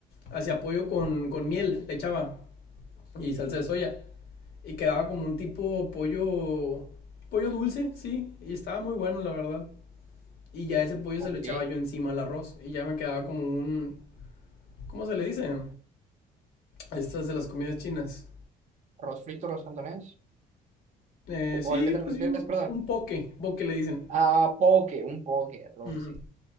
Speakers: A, on the left; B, on the right.
A: hacía pollo con, con miel, le echaba y salsa de soya. Y quedaba como un tipo pollo, pollo dulce, sí, y estaba muy bueno, la verdad. Y ya ese pollo
B: Ok.
A: se lo echaba yo encima al arroz y ya me quedaba como un, ¿cómo se le dice? Estas de las comidas chinas.
B: Arroz frito, arroz cantonés.
A: Eh, sí,
B: ¿O al que te
A: pues
B: refieres?
A: sí, un,
B: Perdón.
A: un poke, poke le dicen.
B: Ah, poke, un poke, rol,
A: Ujú.
B: sí.